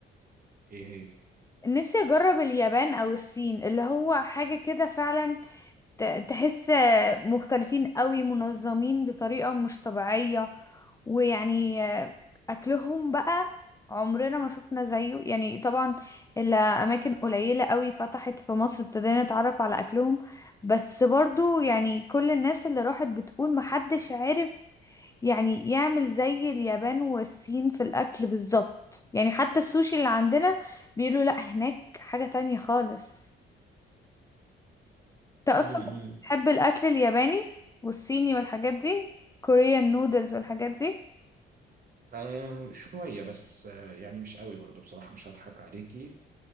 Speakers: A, on the right; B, on the left.
A: إيه هي؟
B: نفسي اجرب اليابان او الصين اللي هو حاجة كده فعلا ت- تحس مختلفين قوي منظمين بطريقة مش طبيعية ويعني أكلهم بقى عمرنا ما شفنا زيه يعني طبعا إلا أماكن قليلة قوي فتحت في مصر ابتدينا نتعرف على أكلهم بس برضو يعني كل الناس اللي راحت بتقول محدش عارف يعني يعمل زي اليابان والصين في الأكل بالظبط يعني حتى السوشي اللي عندنا بيقولوا لأ هناك حاجة تانية خالص انت
A: م-
B: اصلا
A: م.
B: بتحب الاكل الياباني والصيني والحاجات دي كوريان نودلز والحاجات دي
A: آه شوية بس آه يعني مش قوي برضو بصراحة مش هضحك عليكي